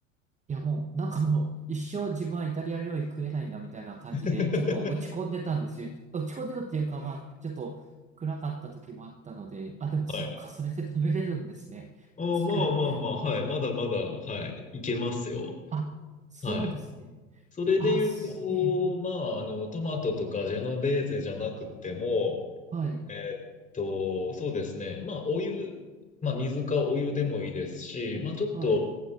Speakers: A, on the right; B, on the left.
A: いや、もう、なんかもう、一生自分はイタリア料理食えないんだ、みたいな感じで、
B: <laughs>
A: ちょっと落ち込んでたんですよ。落ち込んでたっていうか、まあ、ちょっと暗かった時もあったので、あ、でもそっか、
B: はい。
A: それで食べれるんですね。
B: <laughs> あーまあまあまあ、
A: 確かに。
B: はい。まだまだ、はい。いけますよ。
A: あ、そうですね。
B: はい。それで言うと、
A: あ、すええ、
B: まあ、あの、トマトとかジェノベーゼじゃなくても、
A: はい、
B: えーっと、そうですね。まあ、お湯、まあ、水かお湯でもいいですし、まあ、ちょっと、
A: はい、